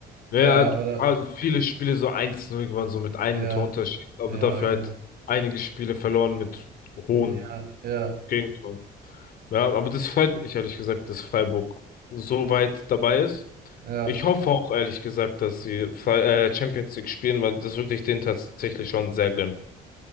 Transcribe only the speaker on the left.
ja,
also viele Spiele so eins null gewonnen, so mit einem
Torunterschied, aber
dafür
halt einige Spiele verloren mit hohen
Gegentoren. Ja, aber das freut mich ehrlich gesagt, dass Freiburg so weit dabei ist.
Ich hoffe auch ehrlich gesagt, dass sie Fi- äh, Champions League spielen, weil das würde ich denen tatsächlich schon sehr gönnen.